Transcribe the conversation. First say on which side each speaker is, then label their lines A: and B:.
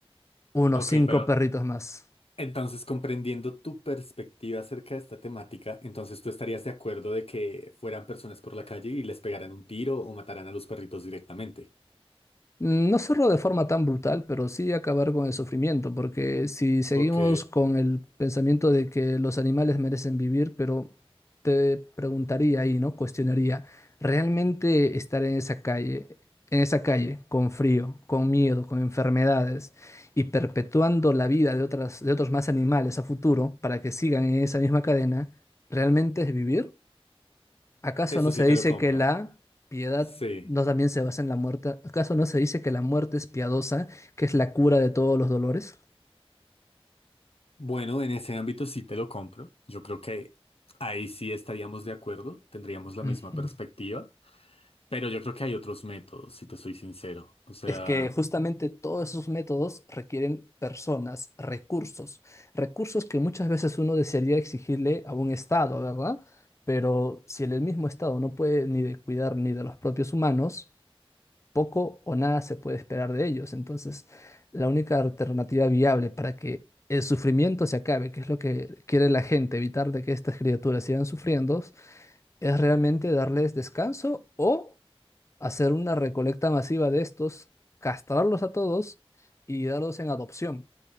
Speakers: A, on the left; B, on the left.
A: Unos
B: Ok,
A: cinco
B: pero
A: perritos más.
B: entonces comprendiendo tu perspectiva acerca de esta temática, entonces tú estarías de acuerdo de que fueran personas por la calle y les pegaran un tiro o mataran a los perritos directamente.
A: No cerró de forma tan brutal, pero sí acabar con el sufrimiento, porque si seguimos
B: Ok,
A: con el pensamiento de que los animales merecen vivir, pero te preguntaría ahí, ¿no? Cuestionaría, ¿realmente estar en esa calle, en esa calle, con frío, con miedo, con enfermedades y perpetuando la vida de otras, de otros más animales a futuro para que sigan en esa misma cadena, ¿realmente es vivir? ¿Acaso
B: eso
A: no
B: sí
A: se dice
B: te lo compra.
A: que la piedad
B: Sí.
A: no también se basa en la muerte? ¿Acaso no se dice que la muerte es piadosa, que es la cura de todos los dolores?
B: Bueno, en ese ámbito sí te lo compro. Yo creo que ahí sí estaríamos de acuerdo, tendríamos la
A: Ujú.
B: misma perspectiva, pero yo creo que hay otros métodos, si te soy sincero. O sea,
A: Es que justamente todos esos métodos requieren personas, recursos, recursos que muchas veces uno desearía exigirle a un Estado, ¿verdad? Pero si el mismo Estado no puede ni de cuidar ni de los propios humanos, poco o nada se puede esperar de ellos. Entonces, la única alternativa viable para que el sufrimiento se acabe, que es lo que quiere la gente, evitar de que estas criaturas sigan sufriendo, es realmente darles descanso o hacer una recolecta masiva de estos, castrarlos a todos y darlos en adopción.